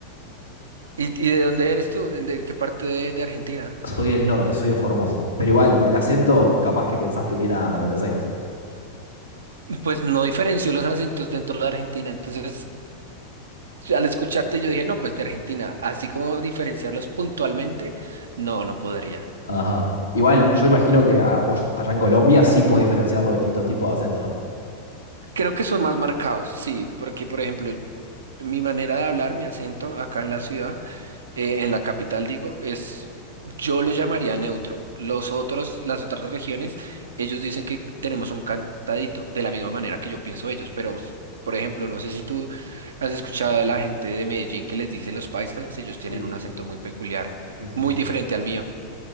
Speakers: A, on the right; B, on the left.
A: ¿Y, y de dónde eres tú? ¿De qué parte de, de Argentina?
B: Soy del norte, soy de Formosa. Pero igual, por el acento, capaz que pensaste que era de Buenos Aires.
A: Pues no diferenció los acentos dentro de Argentina, entonces al escucharte yo dije, no, pues de Argentina, así como diferenciarlos puntualmente, no, no podría.
B: Ajá. Igual, yo imagino que ah, vos allá en Colombia sí podés diferenciar los distintos tipos de acento, ¿no?
A: Creo que son más marcados, sí, porque por ejemplo, mi manera de hablar, mi acento acá en la ciudad, eh, en la capital digo, es, yo lo llamaría neutro. Los otros, las otras regiones, ellos dicen que tenemos un cantadito, de la misma manera que yo pienso ellos, pero... Por ejemplo, no sé si tú has escuchado de la gente de Medellín que les dicen los paisas, ellos tienen
B: Sí,
A: un acento muy peculiar,
B: sí, sí,
A: muy
B: sí.
A: diferente al mío.